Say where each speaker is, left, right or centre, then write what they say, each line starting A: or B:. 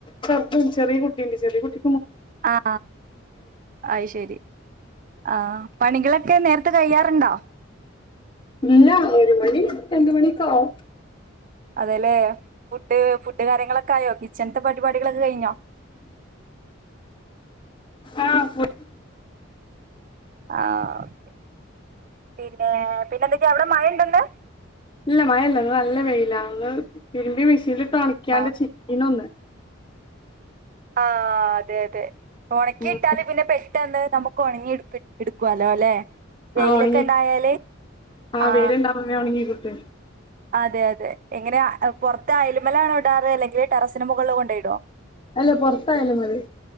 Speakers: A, on the left; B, on the right.
A: ചർപ്പ ചെറിയ കുട്ടീണ്ട് ചെറിയ കുട്ടി
B: ആ അത് ശരി ആ പണികളൊക്കെ നേരത്ത് കഴിയാറുണ്ടോ,?
A: ഇല്ല ഒരു മണി രണ്ട് മണിയൊക്കെ ആവും
B: അതെല്ലെ ഫുഡ് കാര്യങ്ങളൊക്കെ ആയോ കിച്ചണത്തെ പരിപാടികളൊക്കെ കഴിഞ്ഞോ
A: ആഹ് ഫുഡ് -
B: ആ ഓക്കെ പിന്നെ പിന്നെ എന്തക്കാ അവിടെ മഴയുണ്ടോ ഇന്ന്
A: ഇല്ല മഴല്ല നല്ല വെയില ഒന്ന് തിരുമ്പി മെഷീനിലി തണിക്കാണ്ട്
B: ആ
A: ചീന ഒന്ന് <unintelligible>
B: ആ അതെ അതെ ഉണക്കി
A: ഉം
B: ഇട്ടാല് പിന്നെ പെട്ടെന്ന് നമുക്ക് ഉണങ്ങി എടുക്കുവാലോ അല്ലെ വെയിലൊക്കെ
A: ആ ഉണങ്ങി
B: ഉണ്ടായാല് ആ
A: വേയിലണ്ടാവുന്നേ ഉണങ്ങി കിട്ടു
B: അതെ അതെ എങ്ങനെയാ പുറത്തു അയേലാണോ ഇടാറു അല്ലെങ്കിൽ? ടെറസിന് മുകളില് കൊണ്ടുപോയി ഇടുമോ
A: അല്ല പൊറത്തായാലും മതി